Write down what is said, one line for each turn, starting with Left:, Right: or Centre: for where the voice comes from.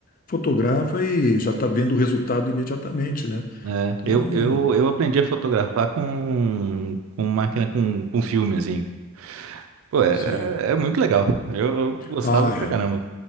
Left: fotografa e já está vendo o resultado imediatamente, né?
Right: É,
Left: Então,
Right: eu, eu, eu aprendi a fotografar com, com máquina com, com filme, assim. Pô, é,
Left: sim.
Right: é muito legal. Eu, eu gostava
Left: Ah,
Right: pra
Left: é.
Right: caramba.